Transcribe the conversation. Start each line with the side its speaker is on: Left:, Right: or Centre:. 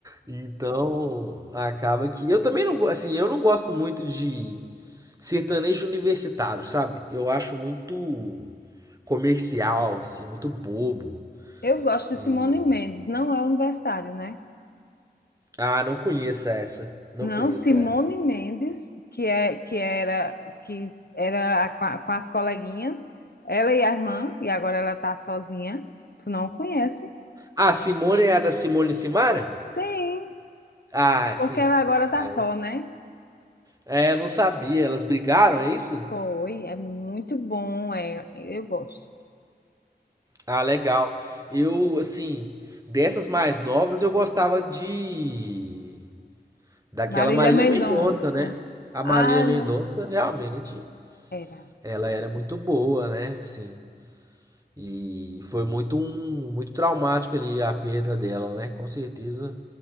Right: Então, acaba que eu também não, go- assim, eu não gosto muito de sertanejo universitário, sabe? Eu acho muito comercial, assim, muito bobo.
Left: Eu gosto de
Right: E
Left: Simone Mendes, não é universitário, né?
Right: ah, não conheço essa. Não
Left: Não,
Right: conheço
Left: Simone
Right: essa.
Left: Mendes, que é que era que era a- com a- com as coleguinhas, ela e a irmã, e agora ela tá sozinha. Tu não conhece?
Right: Ah, Simone é a da Simone e Simara?
Left: Sim,
Right: Ah,
Left: porque
Right: sim,
Left: ela
Right: sim.
Left: agora tá
Right: Ah,
Left: só, né?
Right: é, não sabia. Elas brigaram, é isso?
Left: Foi, é muito bom, é, eu gosto.
Right: Ah, legal. Eu, assim, dessas mais novas eu gostava de daquela
Left: Marília
Right: Marília
Left: Mendonça.
Right: Mendonça, né? A
Left: Ai,
Right: Marília Mendonça
Left: meu
Right: realmente
Left: era.
Right: ela era muito boa, né? Sim. E foi muito um muito traumático ali a perda dela, né? Com certeza.